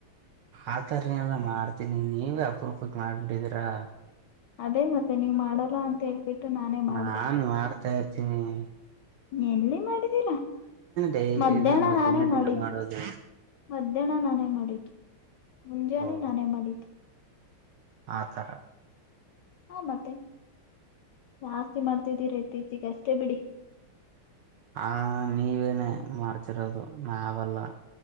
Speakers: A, on the right; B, on the left.
A: ಆತರನಲ್ಲ ಮಾಡ್ತೀನಿ ನೀವ ಅಬ್್ರ. ಪಪಕ್ ಮಾಡ್ಬಿಟ್ಟಿದೀರಾ.
B: ಅದೇ ಮತ್ತೆ ನೀವ್ ಮಾಡಲ್ಲ ಅಂತ ಹೇಳ್ಬಿಟ್ಟು. ನಾನೇ ಮಾಡ್ದೆ
A: ನಾಾನಾರ. <unintelligible>
B: ನೀನ್ಲ್ಲಿ. ಮಾಡೀರಾ
A: ಡೈಲಿ
B: ಮಧ್ಯಾಹ್ನ
A: ಇದು
B: ನಾನೇ
A: ದಿನ
B: ಮಾಡಿದ್ದು
A: ದಿನ ಮಾಡೋದು
B: ಮಧ್ಯಾಹ್ನ ನಾನೇ ಮಾಡಿದ್ದು ಮುಂಜಾನೆ
A: ಓ
B: ನಾನೇ ಮಾಡಿದ್ದು.
A: ಆತರ.
B: ಹಾ ಮತ್ತೆ ಜಾಸ್ತಿ ಮಾಡ್ತಿದ್ದೀರ ಇತ್ತೀಚೆಗೆ ಅಷ್ಟೇ ಬಿಡಿ.
A: ಹಾ ನೀವೆ. ಮಾರ್ಚಿರೋದು ನಾವಲ್ಲ.